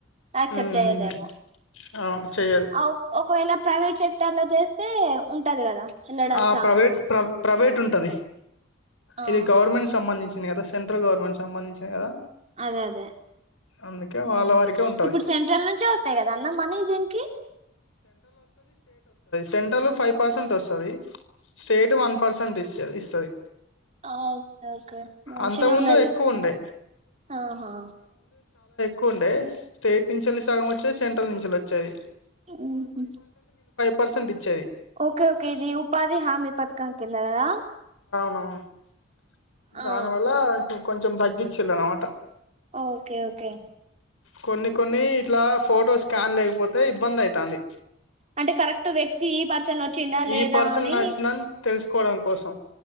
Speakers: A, on the right; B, on the left.
A: యాక్సెప్ట్
B: ఉమ్,
A: చెయ్యదేమో
B: అవును చెయ్యదు
A: ఆ ఒకవేళ ప్రైవేట్ సెక్టర్ ల చేస్తే ఉంటంది కదా వెళ్ళడం
B: ఆ
A: ఛాన్స్
B: ప్రైవేట్ ప్రై ప్రైవేట్ ఉంటది ఇది
A: ఆహా
B: గవర్నమెంట్ సంబంధించింది కదా సెంట్ గవర్మెంట్ కి సంబంధించినది కదా
A: అదే అదే
B: అందుకే
A: హుమ్
B: వాళ్ళ వారికే ఉంటది
A: ఇప్పుడు సెంట్రల్ నుంచే వస్తాయి కదా అన్న మనీ దీనికి
B: సెంట్రలు ఫైవ్ పర్సెంట్ వస్తది స్టేటు వన్ పర్సెంట్ ఇస్ ఇస్తది
A: ఆ ఓకే ఓకే మంచినే
B: అంత ముందు
A: ఉన్నది
B: ఎక్కువ ఉండే
A: ఆహా
B: కుండే స్టేట్ నుంచేల్లి సగం వచ్చే సెంట్ ఇంచల్ వచ్చాయి
A: హుమ్ హు
B: పర్సెంట్ ఇచ్చేది
A: ఓకే ఓకే ఇది ఉపాధి ఉపాధి హామీ పథకం కింద కదా
B: <unintelligible> దానివల్ల
A: ఆ
B: ఇ హు కొంచెం తగ్గిచిల్ అనమాట
A: ఓకే ఓకే
B: కొన్ని కొన్ని ఇట్లా ఫోటో స్కాన్ లేకపోతే బ్బందైతాంది
A: అంటే కరెక్ట్ వ్యక్తి ఈ పర్సన్ వచ్చిండా లేదా
B: ఈ పర్సన్
A: అని
B: నచ్చిందని తెలుసుకోవడం కోసం